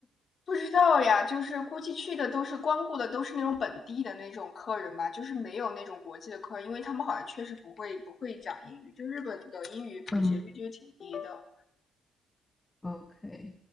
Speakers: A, on the left; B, on the left.
A: 不知道呀，就是估计去的都是光顾的都是那种本地的那种客人吧，就是没有那种国际的客人，因为他们好像确实不会不会讲英语，就日本的英语普及率就是挺低的。
B: <laughs> 嗯，OK，